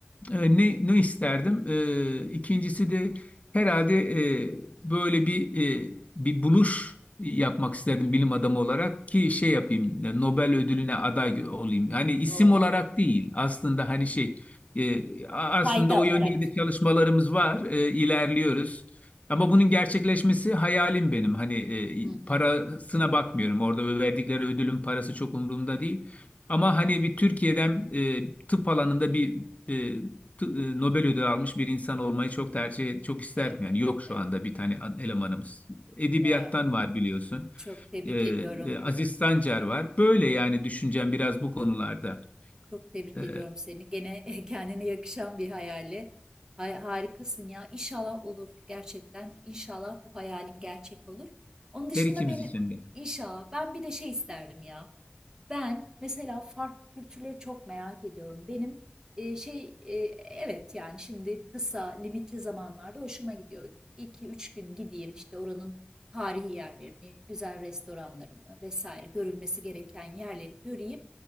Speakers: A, on the left (about 35°); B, on the right (about 15°).
A: e, ne ne isterdim? E, ikincisi de herhalde e, böyle bir e, bir buluş yapmak isterdim bilim adamı olarak ki şey yapayım e, Nobel ödülüne aday gö- olayım. Hani isim
B: O
A: olarak değil aslında hani şey e, a- aslında
B: Fayda
A: o
B: olarak.
A: yönde de çalışmalarımız var e, ilerliyoruz. Ama bunun gerçekleşmesi hayalim benim. Hani e,
B: Hı hı.
A: parasına bakmıyorum. Orada verdikleri ödülün parası çok umurumda değil. Ama hani bir Türkiye'den e, tıp alanında bir e, t- e, Nobel ödülü almış bir insan olmayı çok tercih çok isterdim.
B: Evet,
A: Yani
B: evet.
A: yok şu
B: evet.
A: anda bir tane an- elemanımız. Edebiyattan
B: Ya
A: var biliyorsun.
B: çok tebrik
A: Ee,
B: ediyorum
A: e, Aziz
B: Ümit.
A: Sancar
B: Gerçekten
A: var. Böyle yani düşüncem biraz bu konularda.
B: Çok tebrik
A: Ee,
B: ediyorum seni. Gene <laughs> kendine yakışan bir hayali. Hay- harikasın ya. İnşallah olur gerçekten. İnşallah bu hayalin gerçek olur. Onun dışında
A: her ikimiz
B: benim
A: için de.
B: inşallah ben bir de şey isterdim ya. Ben mesela farklı kültürleri çok merak ediyorum. Benim e, şey e, evet yani şimdi kısa limitli zamanlarda hoşuma gidiyor. 2 üç gün gideyim işte oranın tarihi yerlerini, güzel restoranlarını vesaire görülmesi gereken yerleri göreyim.